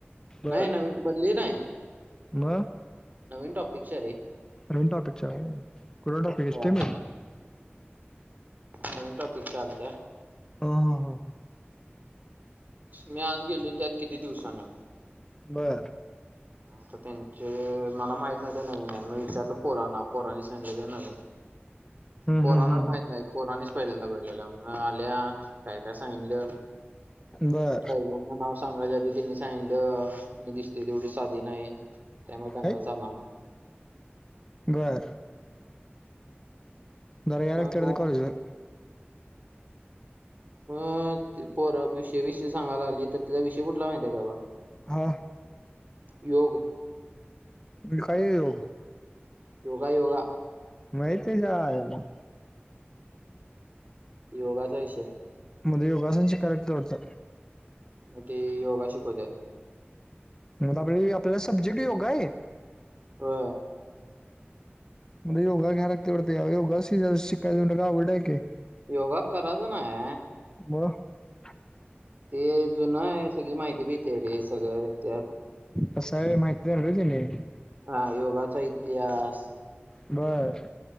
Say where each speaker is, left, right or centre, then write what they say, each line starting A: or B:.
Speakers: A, on the left; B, on the right.
A: बर
B: नाही नवी बदली नाही.
A: मग
B: नवीन टॉपिकच्या रे.
A: नवीन टॉपिकच्या होय कुठंल टाॅपिक आहे
B: हा
A: स्टेमी
B: नवीन टॉपिकच्या आलत्या.
A: ह ह ह
B: मी आज गेली त्यात किती दिवसांना.
A: बरं.
B: तर त्यांचे मला माहित नते नवीन आहे मग विचारलं पोराना पोराने सांगले ते नवीन आहे.
A: हम्म, हम्म,
B: पोरानाला
A: हम्म, हम्म.
B: माहीत नाही. पोरोनेच पहिल्यांदा बोललेला मग आल्या काय काय सांगलं.
A: बर
B: पहिल्यांना नाव सांगायच्या तिनी सांगितलं मी दिसते तेवढी साधी नाही. त्यामुळे दंगा
A: काय
B: चालणार.
A: बर. जरा यायला
B: मग
A: कॉलेजवर
B: मग त पोर विषय विषय सांगायला आली तर तिचा विषय कुठला माहितीय का बा
A: हा.
B: योग.
A: तुम्ही काय योग?
B: योग योग.
A: माहित आहे जा आला.
B: योगाचा विषय
A: मध्ये योगासनची करेक्ट होत.
B: मग ते योगा शिकवत्यात.
A: मला बय आपल्याला सब्जेक्ट योगा आहे.
B: ह.
A: मध्ये योगा घ्या लागतंय वाटत यावेळी योगा शिकाय गेलं की अवघड आहे की
B: योगा कराच नाय.
A: <unintelligible>
B: ते जुनं आहे सगळी माहिती मिळत्या रे सगळं त्यात.
A: कसं हाय माहिती वेगळं केलंय.
B: हा योगाचा इतिहास
A: बर.